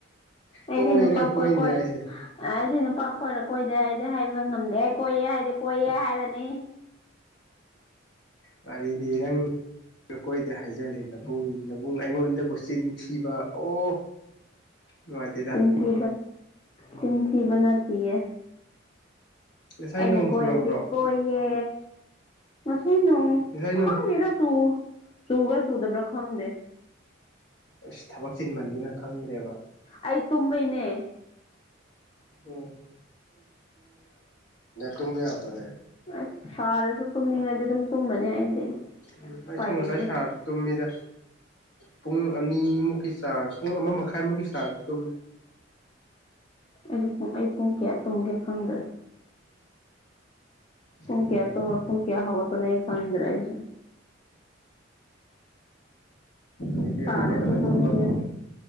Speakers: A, on the left; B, on the left.
A: ꯑꯩꯗꯤꯅ
B: ꯀꯣꯏꯔꯒ
A: ꯄꯀꯣꯏ
B: ꯀꯣꯏꯗꯦ
A: ꯀꯣꯏꯔꯗꯤꯅ
B: ꯍꯥꯏꯁꯦ
A: ꯄꯥ ꯀꯣꯏꯔ ꯀꯣꯏꯗꯦ ꯑꯩꯗꯤ ꯍꯥꯏꯕ ꯉꯝꯗꯦ ꯀꯣꯏꯌꯦꯦ ꯍꯥꯏꯗꯤ ꯀꯣꯏꯌꯦ ꯍꯥꯏꯔꯅꯤ
B: ꯃꯔꯤꯗꯤ ꯏꯔꯪ ꯀꯣꯏꯗ ꯍꯥꯏꯖꯔꯦ ꯅꯨꯡ ꯅꯕꯨꯡ ꯑꯩꯉꯣꯟꯗꯕꯨ ꯆꯤꯟ ꯊꯤꯕ ꯑꯣ ꯅꯨꯡꯉꯥꯏꯇꯦꯗ
A: ꯆꯟꯊꯤ ꯆꯟꯊꯤ ꯅꯥꯇ
B: ꯉꯁꯥꯏ
A: ꯑꯩꯅ
B: ꯅꯣꯡ
A: ꯀꯣꯏꯔꯗꯤ
B: ꯆꯨꯔꯝꯕ꯭ꯔꯣ
A: ꯀꯣꯏꯌꯦ ꯃ ꯁꯏꯅꯝ
B: ꯉꯁꯥꯏ ꯅꯣꯡ
A: ꯈꯪꯅꯤꯗꯁꯨ ꯆꯨꯒ꯭ꯔ ꯆꯨꯗꯕ꯭ꯔꯥ ꯈꯪꯗꯦ
B: ꯑꯁ ꯊꯕꯛ ꯆꯤꯟꯃꯟꯗꯨꯅ ꯈꯪꯗ꯭ꯔꯦꯕ
A: ꯑꯩ ꯇꯨꯝꯕꯩꯅꯦ
B: ꯎꯝ ꯇꯃꯤ ꯌꯥꯕꯅꯦ
A: ꯑꯁ ꯁꯥꯔꯁꯨ ꯇꯨꯝꯅꯤꯡꯉꯗꯤ ꯑꯗꯨꯝ ꯇꯨꯝꯃꯅꯤ ꯑꯩꯗꯤ
B: ꯎꯝ
A: ꯎꯄꯥꯏ
B: ꯑꯩꯁꯨ ꯉꯁꯥꯏ
A: ꯂꯩꯇꯦ
B: ꯁꯥꯔꯁꯨ ꯇꯨꯝꯃꯤꯗ ꯄꯨꯡ ꯑꯅꯤꯃꯨꯛ ꯆꯥꯔ ꯄꯨꯡ ꯑꯃ ꯃꯈꯥꯏꯃꯨꯛꯀꯤ ꯆꯥꯔ ꯇ
A: ꯑꯩꯁꯨ ꯑꯩ ꯄꯨꯡ ꯀꯌꯥ ꯇꯨꯝꯝꯒꯦ ꯈꯪꯗ꯭ꯔ ꯄꯨꯡꯀꯌꯥ
B: ꯎꯝ
A: ꯇ ꯄꯨꯡꯀꯌꯥ ꯍꯕ ꯄ ꯑꯩ ꯈꯗ꯭ꯔꯁ
B: ꯑꯩꯗꯤ
A: ꯁꯔꯁꯨꯇꯝꯅꯤꯔꯗꯤ
B: ꯍꯧꯒꯠꯂꯒ ꯊꯕꯛ